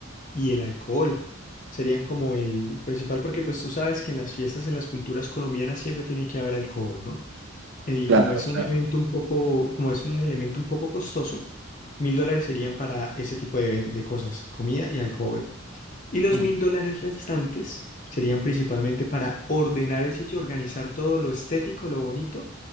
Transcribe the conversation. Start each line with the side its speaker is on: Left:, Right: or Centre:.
Left: y el alcohol. Serían como el principal, porque pues tú sabes que en las fiestas, en las culturas colombianas siempre tiene que haber alcohol, ¿no? Y
Right: Claro,
Left: como es
Right: claro.
Left: un evento un poco, como es un elemento un poco costoso, mil dólares serían para ese tipo de, de cosas, comida y alcohol. Y los
Right: Mm.
Left: mil dólares restantes serían principalmente para ordenar el sitio, organizar todo lo estético, lo bonito.